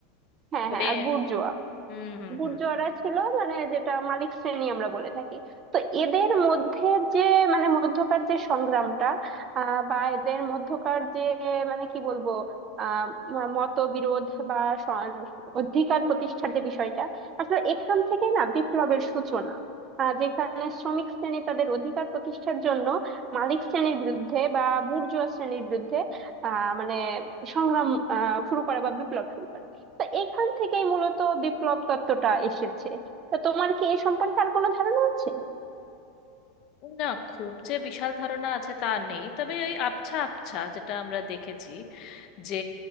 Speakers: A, on the right; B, on the left.
A: হ্যাঁ
B: মানে
A: হ্যাঁ আর বুর্জোয়া
B: হুম হুম
A: গুর্জররা
B: হুম
A: ছিল মানে যেটা মালিক শ্রেণী আমরা বলে থাকি তো এদের মধ্যে যে মানে মধ্যকার যে সংগ্রামটা আহ, বা এদের মধ্যকার যে মানে কি বলবো আহ মতবিরোধ বা স- অধিকার প্রতিষ্ঠার যে বিষয়টা আসলে এখান থেকে না বিপ্লবের সূচনা আহ, যেখানে শ্রমিক শ্রেণী তাদের অধিকার প্রতিষ্ঠার জন্য মালিক শ্রেণীর বিরুদ্ধে বা বুর্জোয়া শ্রেণীর বিরুদ্ধে আহ মানে সংগ্রাম আহ শুরু করে বা বিপ্লব শুরু করে তো এখান থেকেই মূলত বিপ্লব তত্ত্বটা এসেছে তো তোমার কি এ সম্পর্কে আর কোনো ধারণা আছে
B: না খুব যে বিশাল ধারণা আছে তা নেই তবে ওই আবছা আবছা যেটা আমরা দেখেছি যে